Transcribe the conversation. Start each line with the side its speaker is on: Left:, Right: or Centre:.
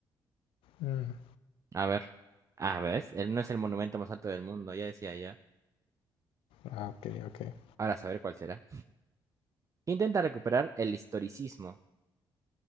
Left: Mm,
Right: A ver. Ah, ¿ves? Él no es el monumento más alto del mundo, ya decía ya.
Left: Ah, ok, ok.
Right: Ahora a saber cuál será. ¿Qué intenta recuperar el historicismo?